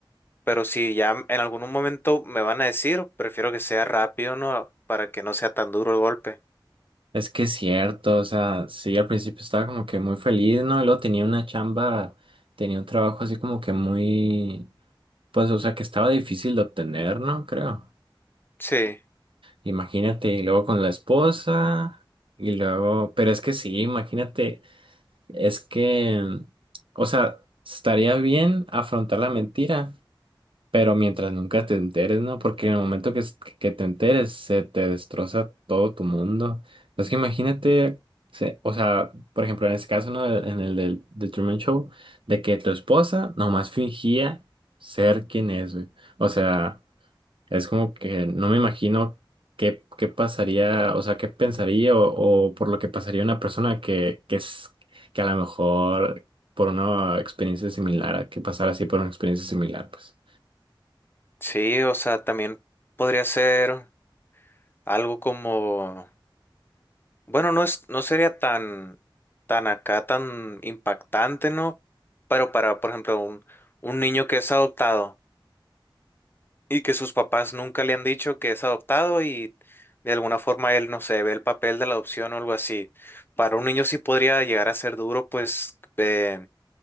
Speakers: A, on the left (about 25°); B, on the right (about 80°).
A: pero si ya en algún momento me van a decir, prefiero que sea rápido, ¿no? Para que no sea tan duro el golpe.
B: Es que es cierto, o sea, sí, al principio estaba como que muy feliz, ¿no? Y luego tenía una chamba, tenía un trabajo así como que muy, pues, o sea, que estaba difícil de obtener, ¿no? Creo.
A: Sí,
B: Imagínate, y luego con la esposa, y luego, pero es que sí, imagínate, es que, o sea, estaría bien afrontar la mentira, pero mientras nunca te enteres, ¿no? Porque en el momento que, s- que te enteres, se te destroza todo tu mundo. Es que imagínate, se- o sea, por ejemplo, en ese caso, ¿no? En el del The Truman Show, de que tu esposa nomás fingía ser quien es, güey. O sea, es como que no me imagino qué, qué pasaría, o sea, qué pensaría o, o por lo que pasaría una persona que, que, es, que a lo mejor por una experiencia similar, a que pasara así por una experiencia similar, pues.
A: sí, o sea, también podría ser algo como, bueno, no es, no sería tan, tan acá, tan impactante, ¿no? Pero para, por ejemplo, un, un niño que es adoptado. Y que sus papás nunca le han dicho que es adoptado y de alguna forma él, no sé, ve el papel de la adopción o algo así. Para un niño sí podría llegar a ser duro, pues, eh,